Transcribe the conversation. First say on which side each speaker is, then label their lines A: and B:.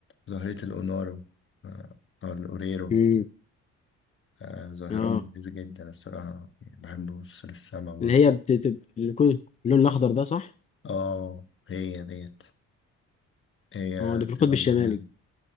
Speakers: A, on the left; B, on the left.
A: ظاهرة الأونارو آه، أو الأوريرو
B: مم.
A: آه ظاهرة
B: اه
A: مميزة جدا الصراحة يعني بحب أبص للسما برضه
B: اللي هي بتبقى اللون الاخضر ده صح
A: اه هي ديت هي
B: اه ده
A: بتبقى
B: في القطب الشمالي
A: مميزة